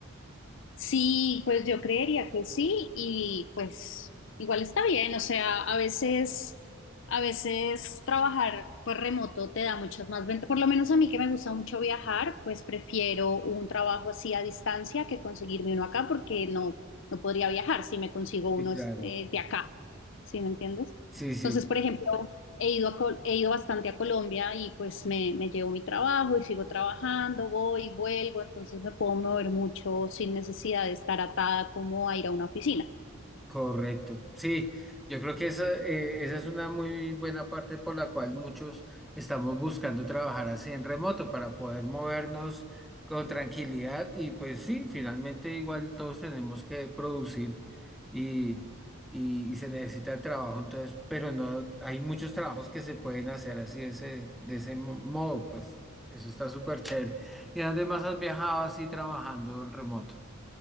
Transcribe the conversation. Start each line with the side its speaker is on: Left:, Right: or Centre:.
Left: Sí, pues yo creería que sí y pues igual está bien, o sea, a veces, a veces trabajar pues remoto te da muchas más ventajas, por lo menos a mí que me gusta mucho viajar, pues prefiero un trabajo así a distancia que conseguirme uno acá porque no, no podría viajar si me consigo uno
Centre: Sí, claro.
Left: eh, de acá, ¿sí me entiendes?
Centre: Sí, sí,
Left: Entonces, por ejemplo, He ido, a Col- he ido bastante a Colombia y pues me, me llevo mi trabajo y sigo trabajando, voy, vuelvo, entonces me puedo mover mucho sin necesidad de estar atada como a ir a una oficina.
Centre: Correcto. Sí, yo creo que esa, eh, esa es una muy buena parte por la cual muchos estamos buscando trabajar así en remoto para poder movernos con tranquilidad y pues sí, finalmente igual todos tenemos que producir y, y, y se necesita el trabajo, entonces, pero no, hay muchos trabajos que se pueden hacer así de ese, de ese mo- modo, pues eso está súper chévere. ¿Y además has viajado así trabajando en remoto?